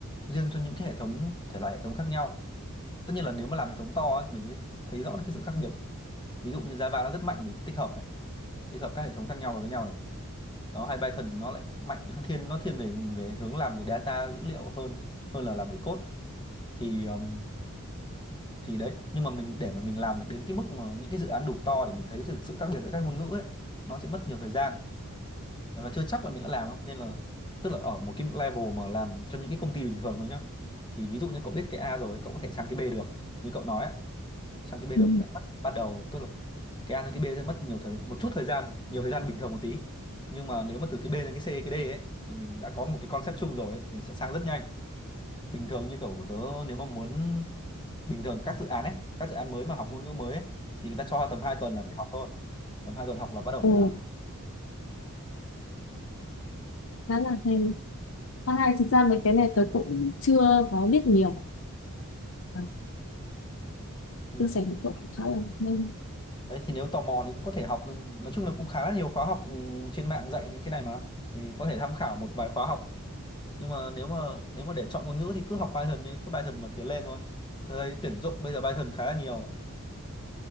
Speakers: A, on the left; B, on the left.
A: riêng cho những cái hệ thống thể loại hệ thống khác nhau tất nhiên là nếu mà làm hệ thống to ấy, mình mới thấy rõ được cái sự khác biệt ví dụ như Java nó rất mạnh về tích hợp này tích hợp các hệ thống khác nhau vào với nhau này đó hay Python thì nó lại mạnh hơn thiên nó thiên về về hướng làm về data dữ liệu hơn hơn là làm về code thì um, thì đấy nhưng mà mình để mà mình làm được đến cái mức mà những cái dự án đủ to để mình thấy được sự khác biệt giữa các ngôn ngữ ấy nó sẽ mất nhiều thời gian và chưa chắc là mình đã làm đâu nên là tức là ở một cái level mà làm cho những cái công ty bình thường thôi nhá thì ví dụ như cậu biết cái A rồi cậu có thể sang cái B được như cậu nói ấy, sang cái B
B: ừ.
A: được sẽ mất ban đầu tức là cái A sang cái B sẽ mất nhiều thời một chút thời gian nhiều thời gian bình thường một tí nhưng mà nếu mà từ cái B sang cái C cái D ấy thì mình đã có một cái concept chung rồi ấy, mình sẽ sang rất nhanh bình thường như kiểu của tớ nếu mà muốn bình thường các dự án ấy các dự án mới mà học ngôn ngữ mới ấy, thì người ta cho tầm 2 tuần là để học thôi tầm 2 tuần học là bắt đầu
B: Ồ,
A: phải làm
B: khá là hay khá hay thực ra mấy cái này tôi cũng chưa có biết nhiều à,
A: ừ,
B: chia sẻ với cậu cũng khá là nên
A: đấy thì nếu tò mò thì cũng có thể học nhưng nói chung là cũng khá là nhiều khóa học ừ, trên mạng dạy những cái này mà thì có thể tham khảo một vài khóa học nhưng mà nếu mà nếu mà để chọn ngôn ngữ thì cứ học Python đi cứ Python mà tiến lên thôi Tôi thấy tuyển dụng bây giờ Python khá là nhiều